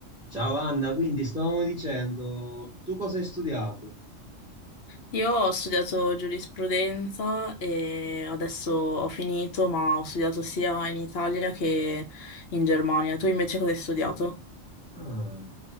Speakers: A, in the centre; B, on the left.
A: Ciao Anna, quindi stavamo dicendo, tu cosa hai studiato?
B: Io ho studiato giurisprudenza e adesso ho finito, ma ho studiato sia in Italia che in Germania. Tu invece cosa hai studiato?
A: Ah,